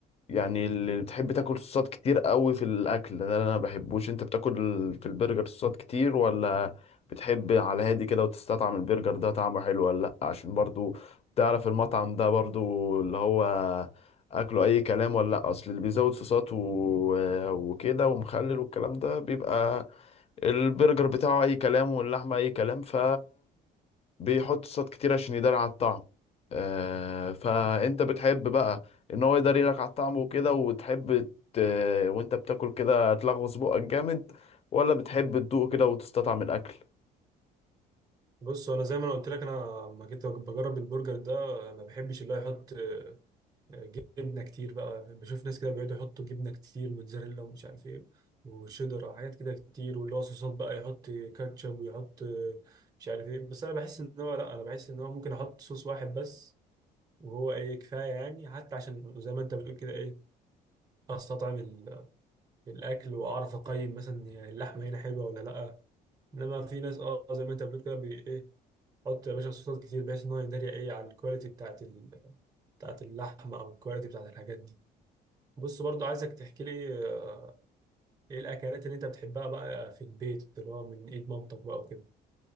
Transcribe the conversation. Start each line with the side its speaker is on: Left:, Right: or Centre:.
Left: يعني اللي بتحب تاكل صوصات كتير قوي في الاكل ده اللي انا ما بحبوش انت بتاكل في البرجر صوصات كتير ولا بتحب على هادي كده وتستطعم البرجر ده طعمه حلو ولا لا عشان برضو تعرف المطعم ده برضو اللي هو اكله اي كلام ولا لا اصل اللي بيزود صوصات و... وكده ومخلل والكلام ده بيبقى البرجر بتاعه اي كلام واللحمه اي كلام ف بيحط صوصات كتير عشان يداري على الطعم آه فانت بتحب بقى ان هو يداري لك على الطعم وكده وتحب ت... وانت بتاكل كده تلغوص بقك جامد ولا بتحب تدوق كده وتستطعم الاكل
Right: بص انا زي ما انا قلت لك انا لما جيت بجرب البرجر ده ما بحبش اللي هو يحط جبنه كتير بقى بشوف ناس كده بيقعدوا يحطوا جبنه كتير موتزاريلا ومش عارف ايه وشيدر حاجات كده كتير واللي هو صوصات بقى يحط كاتشب ويحط مش عارف ايه بس انا بحس ان هو لا انا بحس ان هو ممكن احط صوص واحد بس وهو ايه كفايه يعني حتى عشان زي ما انت بتقول كده ايه استطعم ال- الاكل واعرف اقيم مثلا يعني اللحمه هنا حلوه ولا لا انما في ناس اه زي ما انت بتقول كده بي ايه حط يا باشا صوصات كتير بحيث ان هو يداري ايه على الكواليتي بتاعت ال... بتاعت اللحمه او الكواليتي بتاعت الحاجات دي بص برضو عايزك تحكي لي آه، ايه الاكلات اللي انت بتحبها بقى في البيت اللي هو من ايد مامتك بقى وكده